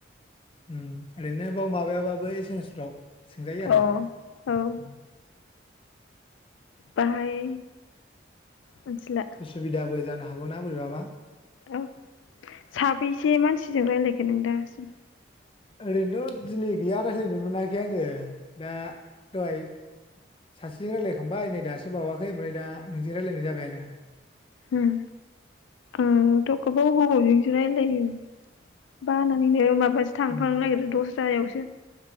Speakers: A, on the left (about 30°); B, on the left (about 80°).
A: उम ओरैनो बाव माबायाबाबो एसेमेसफ्राव। सोंजायो आरो
B: आं अ औ
A: उम
B: बाहाय मिथिला
A: उसुबिदाबो जानो हा हागौना बोरैबाबा।
B: औ साबैसे मानसिजों रायलायखो नों दासिम?
A: ओरैनोथ दिनै गैया रायज्लायनो मोनाखै आंङो दा दहाय सासेजों रायलायखांबाय नै दासो बावाखै ओमफ्राय दा नोंजों रायजलायनाय जाबाय आरो।
B: उम आंथ‌ गोबाव गोबावजोंसो रायलायो। बानानैनो माबासो थांफां
A: उम
B: नागिरो दस जायावसो